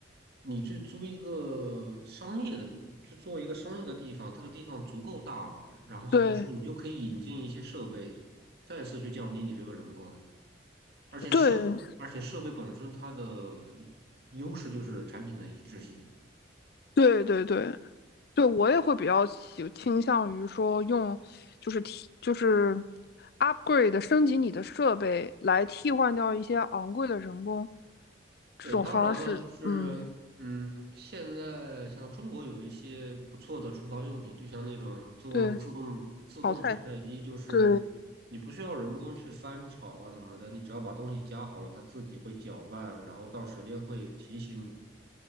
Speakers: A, on the right; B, on the left.
A: 你去租一个商业的，去做一个商业的地方，它的地方足够大了，然后说你就可以引进一些设备，
B: 对
A: 再次去降低你这个人工，而且设，
B: 对
A: 而且设备本身它的优势就是产品的一致性。
B: 对对对，对，我也会比较倾倾向于说用，就是替就是 upgrade 升级你的设备来替换掉一些昂贵的人工这种方式。
A: 对，当然了，就是，
B: 嗯，
A: 嗯，现在像中国有一些不错的厨房用品，就像那种自动、
B: 对，
A: 自动、自动炒菜机，
B: 淘汰，
A: 就是你不需要人工去翻炒啊怎么的，
B: 对
A: 你只要把东西加好了，它自己会搅拌，然后到时间会提醒你。